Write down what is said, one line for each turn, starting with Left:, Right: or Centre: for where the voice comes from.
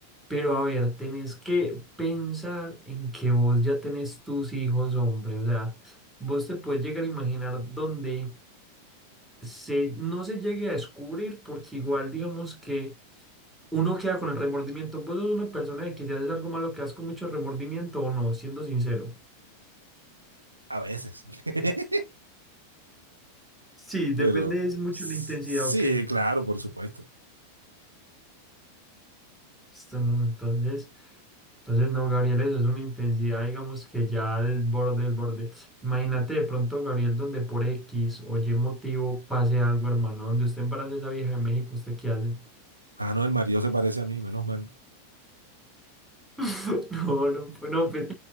Centre: Pero a ver, tenés que pensar en que vos ya tenés tus hijos, hombre. O sea, vos te puedes llegar a imaginar donde se, no se llegue a descubrir, porque igual digamos que uno queda con el remordimiento. ¿Vos sos una persona de que ya haces algo malo, quedas con mucho remordimiento o no? Siendo sincero.
Right: A veces. <laughs>
Centre: Sí, depende
Right: Pero
Centre: es mucho
Right: sí,
Centre: la intensidad, ok.
Right: claro, por supuesto.
Centre: Esto no, entonces. Entonces, no, Gabriel, eso es una intensidad, digamos que ya del borde, del borde. Imagínate de pronto, Gabriel, donde por X o Y motivo pase algo, hermano, donde usted embarace a esa vieja de México, ¿usted qué hace?
Right: Ah, no, el marido se parece a mí, menos mal.
Centre: <laughs> No, no, pues, no, pues,